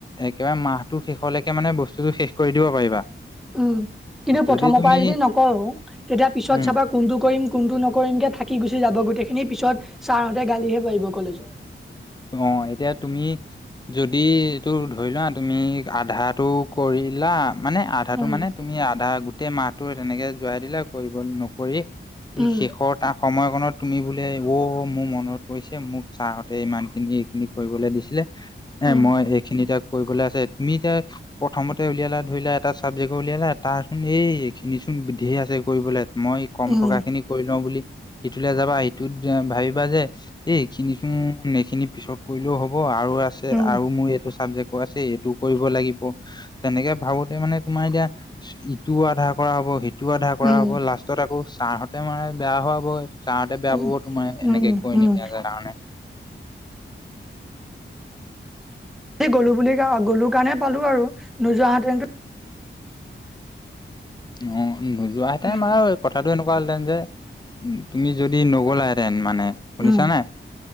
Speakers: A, on the left (about 20°); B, in the centre.
A: একেবাৰে মাহটো শেষলৈকে মানে বস্তুতটো শেষ কৰি দিব পাৰিবা।
B: উম, কিন্তু
A: যদি
B: প্ৰথমৰ
A: তুমি
B: পৰা যদি নকৰো তেতিয়া পিছত
A: উম
B: চাবা কোনটো কৰিম কোনটো নকৰিম কে থাকি গুচি যাব গোটেই খিনি পিছত ছাৰহঁতে গালিহে পাৰিব কলেজত
A: অ', এতিয়া তুমি যদি এইটো ধৰি লোৱা তুমি আধাটো কৰি দিলা মানে আধাটো
B: উম,
A: মানে তুমি আধা গোটেই মাহটো তেনেকে যোৱাই দিলা কৰিব নকৰি ই
B: উম,
A: শেষৰ তাৰ সময়ত ফনত তুমি বোলে, অ', মোৰ মনত পৰিছে মোক ছাৰহঁতে ইমানখিনি এইখিনি কৰিবলৈ দিছিলে <unintelligible> এ
B: উম,
A: মই এইখিনি তাক কৰিবলৈ আছে, তুমি এতিয়া প্ৰথমতে উলিয়ালা ধৰিলা, এটা চাবজেক্টউ উলিয়ালা, তাৰখিনি এই এইখিনি ধেৰ আছে কৰিবলে, মই কম
B: উম,
A: থকা খিনি কৰি লও বুলি ইটোলৈ যাবা ইটোত, ভাবিবা যে এই এইখিনিচোন এইখিনি পিছত কৰিলেও হ'ব হব আৰু আছে
B: উম,
A: আৰু মোৰ এইটো চাবজেক্ট আকৌ আছে এইটোও কৰিব লাগিব, তেনেকে ভাবোতে মানে তোমাৰ এতিয়া ইটোও আধা কৰা হব সি সিটো আধা কৰা
B: উম,
A: হ'ব, লাষ্টত আকৌ ছাৰহঁতে মানে বেয়া হোৱা হবই <unintelligible> ছাৰহতে বেয়া
B: উম,
A: পাব, তোমাৰ
B: উম,
A: এনেকে
B: উম,
A: কৰি
B: উম,
A: নিনিয়াৰ কাৰণে।
B: গলো বুলি <unintelligible> গলো কাৰণে পালো আৰু নোযোৱাহতেন
A: অ', নোযোৱাহেতেন
B: উম,
A: বাৰু, কথাটো এনেকুৱা কোৱাহেঁতেন যে তুমি যদি নগলােতেন মানে, শুনিছা
B: উম,
A: নে?